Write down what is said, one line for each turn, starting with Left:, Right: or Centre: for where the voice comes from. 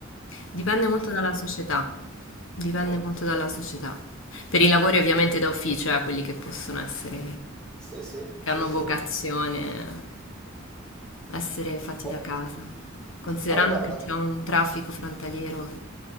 Left: Dipende molto dalla società, dipende
Centre: Mm,
Left: molto dalla società. Per i lavori ovviamente da ufficio, eh, quelli che possono essere,
Centre: sì, sì,
Left: che
Centre: sì,
Left: hanno
Centre: sì.
Left: vocazione, essere fatti
Centre: Gu-
Left: da casa. Considerando
Centre: Ah, guarda,
Left: che c'è un traffico frontaliero